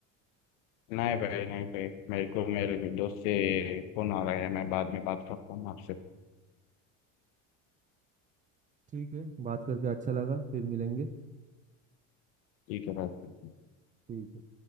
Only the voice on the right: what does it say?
ठीक है बात करके अच्छा लगा फिर मिलेंगे
ठीक है